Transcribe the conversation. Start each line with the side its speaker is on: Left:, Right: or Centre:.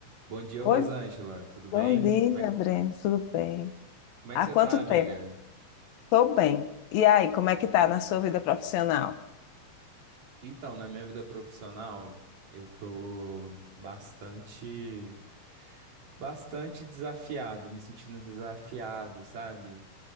Right: Bom dia,
Left: Oi,
Right: Rosângela. Tudo
Left: bom
Right: bem?
Left: dia,
Right: Como é,
Left: Breno. Tudo bem?
Right: como é
Left: Há
Right: que você
Left: quanto
Right: tá, amiga?
Left: tempo? Estou bem. E aí, como é que tá na sua vida profissional?
Right: Então, na minha vida profissional, eu tô bastante, bastante desafiado, me sentindo desafiado, sabe?